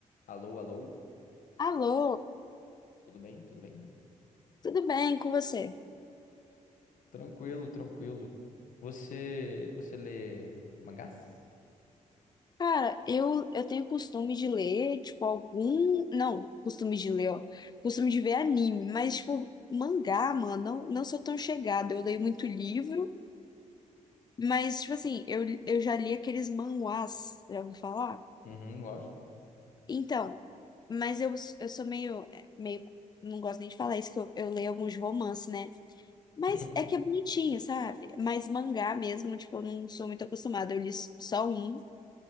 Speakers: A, on the left; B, on the left.
A: Alô, alô,
B: Alô,
A: tudo bem? Tudo bem?
B: tudo bem com você?
A: Tranquilo, tranquilo. Você, você lê mangás?
B: Cara, eu, eu tenho costume de ler, tipo, algum. Não, costume de ler, ó. Costume de ver anime, mas, tipo, mangá, mano, não, não sou tão chegada. Eu leio muito livro, mas, tipo assim, eu, eu já li aqueles manhwas, já ouviu falar?
A: Uhum, lógico.
B: Então, mas eu, eu sou meio, é, meio. Não gosto nem de falar isso, que eu, eu leio alguns romances, né? Mas
A: <laughs>
B: é que é bonitinho, sabe? Mas mangá mesmo, tipo, eu não sou muito acostumada. Eu li só um.